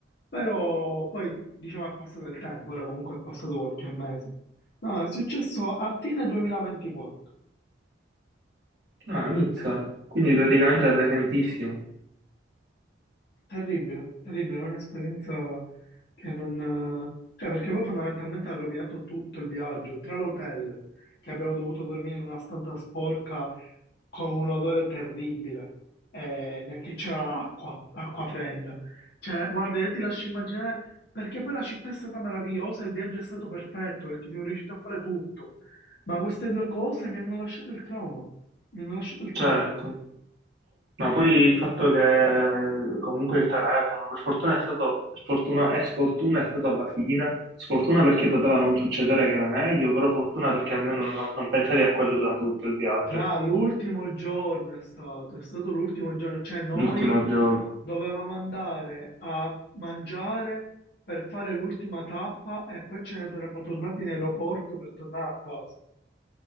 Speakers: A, on the left (about 55°); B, on the right (about 60°).
A: però poi diciamo è passato il tempo, ora comunque è passato qualche mese. No, è successo a fine 2024.
B: ah, Nizza. Quindi praticamente è recentissimo.
A: Terribile, terribile, è un'esperienza che non... Cioè, perché poi fondamentalmente ha rovinato tutto il viaggio, tra l'hotel, che abbiamo dovuto dormire in una stanza sporca con un odore terribile, e neanche c'era l'acqua, l'acqua fredda. Cioè, guarda, io ti lascio immaginare, perché poi la città è stata meravigliosa, il viaggio è stato perfetto, perché siamo riusciti a fare tutto, ma queste due cose mi hanno lasciato il trauma, mi hanno lasciato il trauma.
B: Certo. Ma poi il fatto che comunque il telefono, per fortuna è stato, per fortuna e sfortuna è stato alla fine, sfortuna perché poteva non succedere che era meglio, però fortuna perché almeno non, non pensavi a quello durante tutto il viaggio,
A: Fra l'ultimo giorno è stato, è stato l'ultimo giorno, cioè noi
B: l'ultimo giorno.
A: dovevamo andare a mangiare per fare l'ultima tappa e poi ce ne saremmo tornati in aeroporto per tornare a casa.